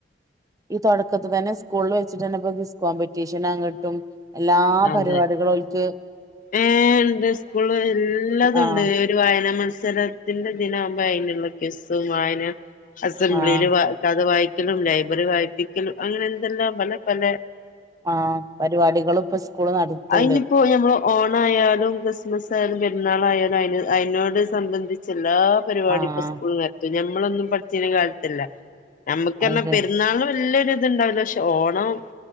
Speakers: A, on the right (about 20°); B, on the left (about 45°).
A: ഈ തുടക്കത്തി തന്നെ സ്കൂളിൽ വെച്ചിട്ട് തന്നെപ്പൊ കിസ് കോമ്പറ്റീഷൻ അങ്ങിട്ടും എല്ലാ
B: അതെ
A: പരിപാടികളൾക്ക്
B: ഏ ഉണ്ട് സ്കൂള് എല്ലാതുണ്ട്
A: ആഹ്
B: ഒരു വായനാ മ മത്സരത്തിന്റെ ദിന ആകുമ്പോ അതിനുള്ള കസ്സും വായന അസംബ്ലിയിയില്
A: ആഹ്
B: കഥ വായി ക്കലും ലൈബ്രറി വായിപിക്കലും അങ്ങനെ എന്തെല്ലാം പല പല
A: ആഹ പരിപാടികൾ ഇപ്പ സ്കൂള് നടത്ത്ണ്ട്
B: അതിനിപ്പോ ഞമ്മള് ഓണയാലും ക്രിസ്മസ് ആയ ത് പെരുന്നാളായാലും അന് അതിനോട് സംബന്ധിച്ച് എല്ലാ പരിപാടി
A: ആഹ്
B: ഇപ്പ സ്കൂള നടത്ത ഞമ്മളൊന്നും പച്ചന കാലത്ത്ല്ല നമ്മുക്ക്
A: അത് ശരി
B: പെരുന്നാള് പ നല്ല ഇത്ണ്ടാവില്ല പക്ഷെ ഓണം